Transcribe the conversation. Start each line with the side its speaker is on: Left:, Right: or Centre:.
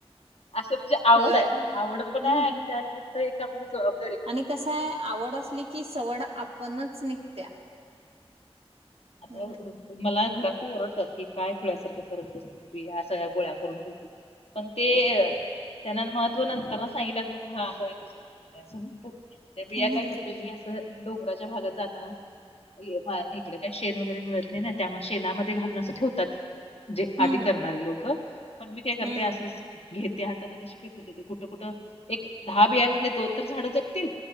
Left: असं म्हणजे आवड
Right: होय
Left: आहे
Right: हम्म
Left: आवड पण आहे आणि त्यानिमित्त एक आपली सेवा पण
Right: आणि कसाय आवड असली की सवड आपणच निघत्या.
Left: आणि
Right: हम्म
Left: अं मला घरात ओरडतात की काय खुळ्यासारखं करत बसते. की या सगळ्या गोळ्या करून ठेवते. पण ते त्यांना महत्त्व नंतर ना सांगितलं मग हा होय तुझ बरोबर असं म्हणतात. ते बिया
Right: हम्म
Left: काय करतेय मी असं डोंगराच्या भागात जाताना ई मा इकडे काही शेन वगैरे मिळत नाही ना त्यामुळं शेणामध्ये घालून असं ठेवतात. जे
Right: हम्म
Left: आधी करणारे लोकं. पण मी काय करते
Right: हम्म
Left: असं घेते हातात आणि अशी फेकून देते कुठं कुठं. एक दहा बिया मधले दोन तर झाड जगतील.